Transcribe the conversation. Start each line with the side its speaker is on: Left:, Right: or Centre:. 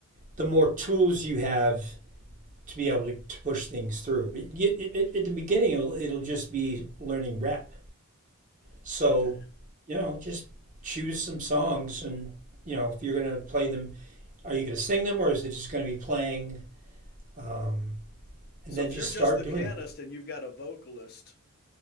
Right: the more tools you have to be able to, to push things through. But you, it, at the beginning, it'll, it'll just be learning rep. So,
Left: Okay.
Right: you know, just choose some songs and, you know, if you're going to play them, are you going to sing them or is it just going to be playing? Um, and
Left: So
Right: then
Left: if
Right: just
Left: you're just
Right: start
Left: the
Right: doing
Left: pianist
Right: them.
Left: and you've got a vocalist,